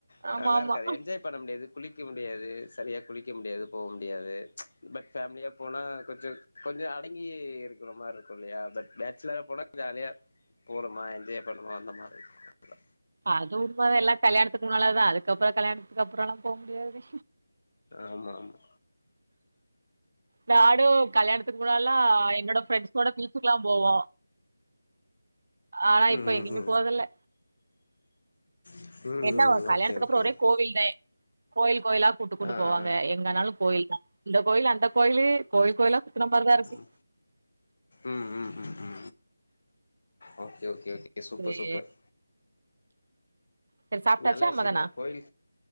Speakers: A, on the left; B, on the right.
A: ஆ
B: ஆமா
A: நல்லா
B: ஆமா
A: இருக்காது என்ஜாய் பண்ண முடியாது குளிக்க முடியாது சரியா குளிக்க முடியாது போக முடியாது பட் ஃபேமிலியா போனா கொஞ்ச கொஞ்ச அடங்கி இருக்கிற மாரி இருக்கு இல்லயா பட் பேச்சலரா போனா ஜாலியா போணமா என்ஜாய் பண்னமா வந்தம்மா அந்த மாரி இருக்கு
B: அது உண்மதா எல்லா கல்யாணதுக்கு முன்னால தா அதுக்கப்புறோ கல்யாணதுக்கு அப்றோ எல்லா போக முடியாதுடே
A: ஆமா ஆமா
B: டாட் ஏ கல்யாணதுக்கு முன்னாடிலா என்னோட ஃபிரண்ஸ் கூட பீச்சுக்கலா போவோ ஆனா
A: ம்
B: இப்ப எங்கயுமே
A: ம் ம்
B: போதில்ல
A: ம் ம்
B: என்னவ கல்யாணதுக்கு
A: ஓகே ஓகே
B: அப்றோ ஒரே
A: ஓகே
B: கோயில்தே கோயில் கோயிலா கூட்டு கூட்டு
A: ஆ
B: போவாங்க
A: ஆ
B: எங்கனாலு கோயில் தா இந்த கோயிலு அந்த கோயிலு கோயில் கோயிலா சுத்துன மாரிதா இருக்கு
A: உ உ உ உ உ உஓகே ஓகே கே ஓகே சூப்பர்
B: சேரி
A: சூப்பர்
B: சேரி சாப்ட்டாச்சா
A: நல்ல விஷயந்தா
B: அம்மதானா
A: கோயில்